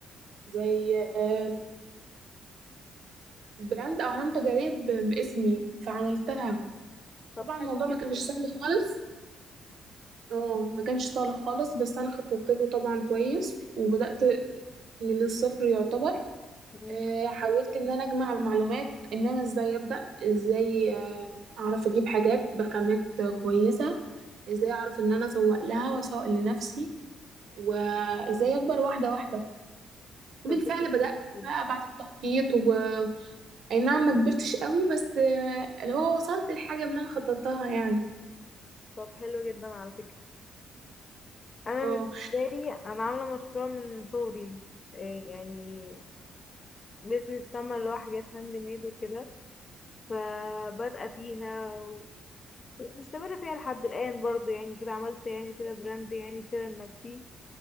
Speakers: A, on the right (about 65°); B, on the left (about 35°).
A: زي آه، براند أو علامة تجارية ب- باسمي فعملتها
B: طب
A: طبعا
B: حلو
A: الموضوع ما
B: جدا
A: كانش سهل خالص اه ما كانش سهل خالص بس أنا خططت له طبعا كويس وبدأت من الصفر يعتبر
B: مم.
A: آه، حاولت إن أنا أجمع معلومات إن أنا إزاي أبدأ إزاي آه، أعرف أجيب حاجات بخامات كويسة إزاي أعرف إن أنا أسوق لها وأسوق لنفسي وإزاي أكبر واحدة واحدة بالفعل
B: طب ده حلو
A: بدأت بقى
B: جداً.
A: بعد التخطيط و أي نعم ما كبرتش قوي بس آه، اللي هو وصلت الحاجة اللي أنا خططتها يعني
B: طب حلو جدا على فكرة أنا
A: اه
B: بالنسبة لي أنا عاملة مشروع من صغري إيه يعني بيزنس فاهمة اللي هو حاجات هاند ميد وكده فبادئة فيها ومستمرة فيها لحد الآن برضو يعني كده عملت يعني كده براند يعني كده لنفسي